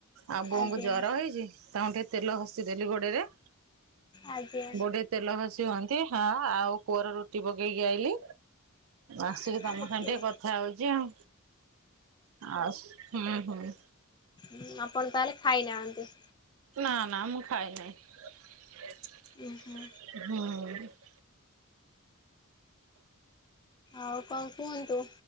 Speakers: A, on the right; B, on the left.
A: ଆଉ ବୋଉଙ୍କୁ
B: ଆଜ୍ଞା
A: ଜ୍ୱର ହେଇଛି ତାଙ୍କୁ ଟିକି ତେଲ ଘସିଦେଲି ଗୋଡ଼ରେ।
B: ଆଜ୍ଞ।
A: ରେ ତେଲ ଭସି ହୁଅନ୍ତି ହଁ ଆଉ କୁଅର ରୁଟି ପକେଇକି ଆଇଲି। ଆସିକି
B: ଆଜ୍ଞା
A: ତମ ସାଙ୍ଗେ ଟିକେ କଥା ହଉଚି ଆଉ ଆ ହୁଁ ହୁଁ।
B: ଉଁ ଆପଣ ତାହେଲେ ଖାଇନାହାନ୍ତି।
A: ନା ନା ମୁଁ ଖାଇ ନାହିଁ।
B: ଉଁ ହୁଁ।
A: ହୁଁ।
B: ଆଉ କଣ କୁହନ୍ତୁ?